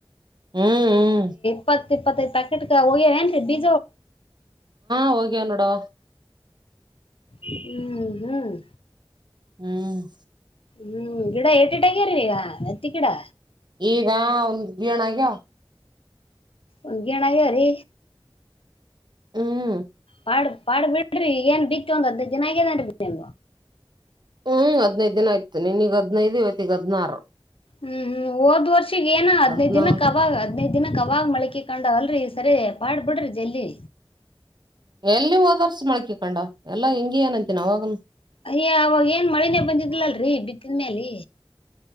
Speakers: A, on the right; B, on the left.
A: ಹ್ಮ್ ಹ್ಮ್
B: ಇಪ್ಪಪ್ಪತ್ತ ಪ್ಯಾಕೆಟ್ನ್ ಬಿಜೋಳ
A: ಹೋಗನ್ನೋಡಾ
B: ಹ್ಮ್ ಹ್ಮ್
A: ಹ್ಮ್
B: ಹ್ಮ್ ಗಿಡ ಏಟಿಟಾಗ್ಯ್ರಿ ಈಗ ನತ್ತಿಕಡಾ
A: ಈಗ ಒಂದ್ ಬೀಣಾಗ್ಯ
B: ಒಂಗಣ ಅ್ರೀ
A: ಹ್ಮ್
B: ಪಾಡ್ ಪಾಡ್ ಬಿಡ್ರಿ ಏನ್ ಬಿಕ್ಕ ಒಂದು್ ಹರ್ಧ ದಿನ ಆಗ್ಯದನ್ ನಿು
A: ಹ್ಮ್ ಹದ್ನೈದ್ ದಿನ ಆಯ್ತು ನಿನ್ೀಗ್ ಹದ್ೈದು ಇವತ್ತ ಈಗ ಹದ್ನಾರು
B: ಹ್ಮ್ ಹ್ಮ್ ಹದ್ ವರ್ಷಗ ಏನ ಹದ್ೈದ
A: ಹದ್ನಾ
B: ದಿನಕ್ಕಕ್ ಅವಾಗ ಹದ್ೈದ್ ದಿನಕ್ಕ ಅವಾಗ ಮಳಕಿಕೆ ಕಾಣ ಅಲ್ರರಿ ಸರಿ ಮಾಡಾಡ್ಬಿಡ್ರಿ ಜಲ್ಲಿ
A: ಎಲ್ಲಿ ಓದಾರ್ಸ ಮಾಡಕ ಕೊಂಡ ಎಲ್ಲಾ ಹಂಗ ಅನಂತಿನ ಹೋಗ
B: ಅಯ್ಯ ಅವವಾಗ ಏನ್ ಮಳೆನೆೇ ಬಂದಿದ್ದ ಇಗ್ಲಲ್ರರಿ ಬಿತ್ತಿದ ಮೇಲಿ